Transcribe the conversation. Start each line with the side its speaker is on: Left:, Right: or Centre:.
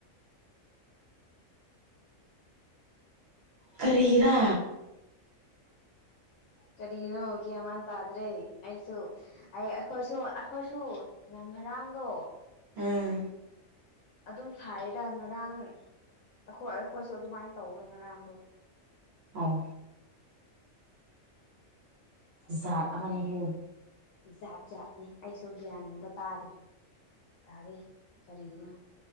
Right: ꯀꯔꯤꯔꯥ
Left: ꯀꯔꯤꯅꯣ ꯒ꯭ꯌꯥꯟꯃꯥꯟ ꯇꯥꯗ꯭ꯔꯦ ꯑꯩꯁꯨ ꯑꯩ ꯑꯩꯈꯣꯏꯁꯨ ꯑꯩꯈꯣꯏꯁꯨ ꯉꯔꯥꯡꯗꯣ
Right: ꯎꯝ
Left: ꯑꯗꯨꯝ ꯁꯥꯏꯌꯦꯗ ꯉꯔꯥꯡ ꯑꯩꯈꯣꯏ ꯑꯩꯈꯣꯏꯁꯨ ꯑꯗꯨꯃꯥꯏꯅ ꯇꯧꯋꯦ ꯉꯔꯥꯡꯗꯣ
Right: ꯑꯧ ꯖꯥꯠ ꯑꯃꯅꯤ ꯍꯦ
Left: ꯖꯥꯠ ꯖꯥꯠꯅꯦ ꯑꯩꯁꯨ ꯒ꯭ꯌꯥꯟ ꯑꯝꯇ ꯇꯥꯗꯦ ꯇꯗꯦ ꯀꯔꯤꯒꯤꯅꯣ